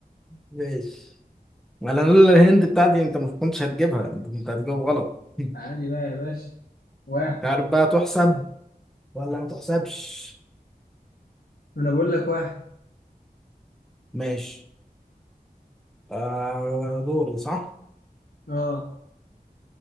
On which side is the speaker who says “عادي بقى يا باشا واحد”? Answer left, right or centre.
Left